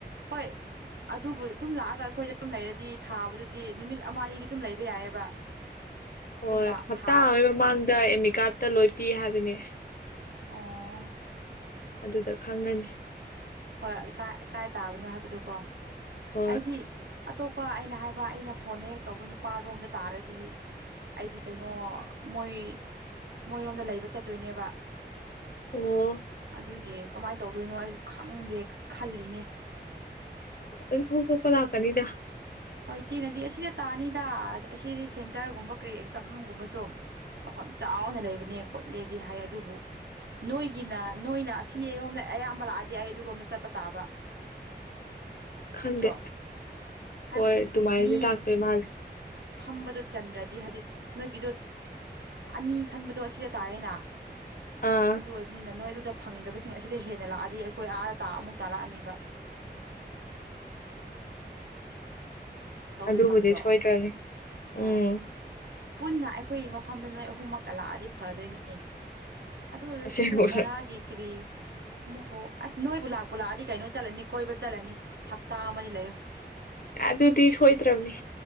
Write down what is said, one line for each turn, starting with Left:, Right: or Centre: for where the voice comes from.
Right: ꯍꯣꯏ ꯑꯗꯨꯕꯨ ꯑꯗꯨꯝ ꯂꯥꯛꯑꯒ ꯑꯩꯈꯣꯏꯗ ꯑꯗꯨꯝ ꯂꯩꯔꯗꯤ ꯊꯥꯕꯗꯨꯗꯤ ꯅꯨꯃꯤꯠ ꯑꯃꯅꯤꯗꯤ ꯑꯗꯨꯝ ꯂꯩꯕ ꯌꯥꯏꯑꯕ
Left: ꯍꯣꯏ
Right: ꯑꯗꯨꯝ ꯂꯥꯛ
Left: ꯍꯞꯇꯥ
Right: ꯊꯥꯔ
Left: ꯑꯃꯒꯤ ꯃꯃꯥꯡꯗ ꯑꯃꯤ ꯀꯥꯔꯠꯇ ꯂꯣꯏ ꯄꯤ ꯍꯥꯏꯕꯅꯦ
Right: ꯑꯥ
Left: ꯑꯗꯨꯗ ꯈꯪꯉꯅꯤ
Right: ꯍꯣꯏ ꯀꯥꯏ ꯇꯥꯕꯅꯣ ꯍꯥꯏꯕꯗꯣ ꯀꯣ
Left: ꯍꯣꯏ
Right: ꯑꯩꯗꯤ ꯑꯇꯣꯞꯄ ꯑꯩꯅ ꯍꯥꯏꯕ ꯑꯩꯅ ꯐꯣꯟ ꯍꯦꯛ ꯇꯧꯕ ꯅꯨꯄꯥꯔꯣꯝꯗ ꯇꯥꯔꯗꯤ ꯑꯩꯗꯤ ꯀꯩꯅꯣ ꯃꯣꯏ ꯃꯣꯏꯔꯣꯝꯗ ꯂꯩꯕ ꯆꯠꯇꯣꯏꯅꯦꯕ
Left: ꯑꯣ
Right: ꯑꯗꯨꯒꯤ ꯀꯃꯥꯏꯅ ꯇꯧꯗꯣꯏꯅꯣ ꯑꯩꯁꯨ ꯈꯪꯗꯦ ꯈꯜꯂꯤꯅꯦ
Left: ꯑꯗꯨ ꯊꯣꯛ ꯊꯣꯛꯄ ꯂꯥꯛꯀꯅꯤꯗ
Right: ꯍꯣꯏ ꯏꯆꯦꯅꯗꯤ ꯑꯁꯤꯗ ꯇꯥꯅꯤꯗ ꯑꯁꯤꯗꯤ ꯁꯦꯟꯇꯔꯒꯨꯝꯕ ꯀꯔꯤ ꯑꯦꯛꯖꯥꯝꯒꯨꯝꯕꯁꯨ ꯃꯐꯝ ꯆꯥꯎꯅ ꯂꯩꯕꯅꯦ ꯈꯣꯠꯂꯦꯗꯤ ꯍꯥꯏ ꯑꯗꯨꯕꯨ ꯅꯣꯏꯒꯤꯅ ꯅꯣꯏꯅ ꯑꯁꯤꯔꯣꯝꯗ ꯑꯌꯥꯝꯕ ꯂꯥꯛꯑꯗꯤ ꯑꯩ ꯑꯗꯨꯔꯣꯝꯗ ꯆꯠꯄ ꯇꯥꯕ
Left: ꯈꯪꯗꯦ
Right: ꯅꯠꯇ꯭ꯔꯣ ꯍꯥꯏꯕꯗꯤ
Left: ꯍꯣꯏ ꯑꯗꯨꯃꯥꯏꯅꯗꯤ
Right: ꯃꯤ
Left: ꯂꯥꯛꯇꯣꯏ ꯃꯥꯜꯂꯦ
Right: ꯐꯝꯕꯗꯣ ꯆꯟꯗ꯭ꯔꯗꯤ ꯍꯥꯏꯗꯤ ꯅꯣꯏꯒꯤꯗꯣ ꯑꯅꯤ ꯈꯟꯕꯗꯣ ꯑꯁꯤꯗ ꯇꯥꯔꯦꯅ
Left: ꯑꯥ
Right: ꯑꯗꯨ ꯑꯣꯏꯕꯅꯤ ꯅ ꯅꯣꯏ ꯑꯗꯨꯗ ꯐꯪꯗꯕꯁꯤꯡ ꯑꯁꯤꯗ ꯍꯦꯟꯅ ꯂꯥꯛꯑꯗꯤ ꯑꯩꯈꯣꯏ ꯑꯥ ꯇ ꯑꯃꯨꯛ ꯇꯥꯔꯛꯑꯅꯤꯕ ꯇꯧꯗꯣꯏ
Left: ꯑꯗꯨꯕꯨꯗꯤ
Right: ꯃꯥꯟꯗ꯭ꯔꯣ
Left: ꯁꯣꯏꯗ꯭ꯔꯕꯅꯤ
Right: ꯍꯣꯏ
Left: ꯎꯝ
Right: ꯄꯨꯟꯅ ꯑꯩꯈꯣꯏ ꯃꯐꯝꯗ ꯅꯣꯏ ꯑꯍꯨꯝꯃꯛ ꯀꯂꯛꯑꯗꯤ ꯐꯗꯣꯏꯅꯤ ꯑꯗꯨ ꯑꯣꯏꯔꯁꯨ
Left: ꯑꯁꯦꯡꯕ
Right: ꯍꯣꯏ ꯕꯔꯥꯒꯤ ꯀꯔꯤ ꯑꯃꯨꯛꯀꯣ ꯑꯁ ꯅꯣꯏꯕꯨ ꯂꯥꯛꯄ ꯂꯥꯛꯑꯗꯤ ꯀꯩꯅꯣ ꯆꯠꯂꯅꯤ ꯀꯣꯏꯕ ꯆꯠꯂꯅꯤ ꯍꯞꯇꯥ ꯑꯃꯗꯤ ꯂꯩꯌꯣ
Left: ꯑꯗꯨꯗꯤ ꯁꯣꯏꯗ꯭ꯔꯕꯅꯤ